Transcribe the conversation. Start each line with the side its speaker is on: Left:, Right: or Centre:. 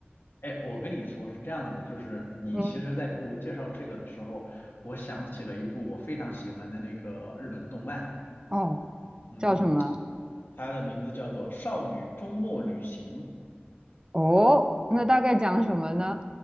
Left: 哎，我跟你说是这样子的，就是你其实在给我介绍这个的时候，
Right: <laughs> 嗯，
Left: 我想起了一部我非常喜欢的那个日本动漫，
Right: 哦，
Left: 嗯嗯，
Right: 叫什么？
Left: 它的名字叫做《少女周末旅行》。
Right: 哦，那大概讲什么呢？